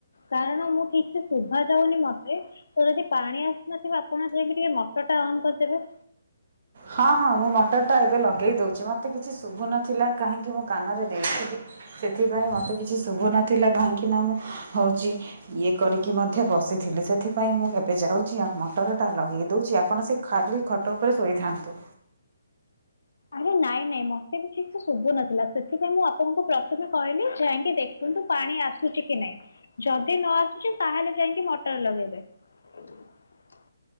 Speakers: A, on the left; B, on the right.
A: କାରଣ ମୁଁ ଠିକ୍ ସେ ଶୁଭା ଯାଉନି ମତେ ତ ଯଦି ପାଣି ଆସୁନଥିବ ଆପଣ ଯାଇକି ଟିକେ ମଟର ଟା ଅନ୍ କରିଦେବେ।
B: ହଁ ହଁ ମୁଁ ମଟର ଟା ଏବେ ଲଗେଇ ଦଉଛି ମତେ କିଛି ଶୁଭୁନଥିଲା କାହିଁକି ମୁଁ କାନରେ ଦେଇଛି ସେଥିପାଇଁ ମୋତେ କିଛି ଶୁଭୁ ନଥିଲା କାହିଁକି ନା ମୁଁ ହଉଛି ଇଏ କରିକି ମଧ୍ୟ ବସିଥିଲେ ସେଥିପାଇଁ ମୁଁ ଏବେ ଯାଉଛି ଆଉ ମଟରଟା ଲଗେଇ ଦଉଛି ଆପଣ ସେ ଖାଲି ଖଟ ଉପରେ ଶୋଇଥାନ୍ତୁ।
A: ଆରେ ନାଇଁ ନାଇଁ ମତେ ବି ଠିକ୍ ସେ ଶୁଭୁନଥିଲା ସେଥିପାଇଁ ମୁଁ ଆପଣଙ୍କୁ ପ୍ରଥମେ କହିଲି ଯାଇକି ଦେଖ ଖନ୍ତୁ ପାଣି ଆସୁଛି କି ନାହିଁ ଯଦି ନ ଆସୁଛି ତାହେଲେ ଯାଇକି ମଟର ଲଗେଇଦେବେ। <unintelligible>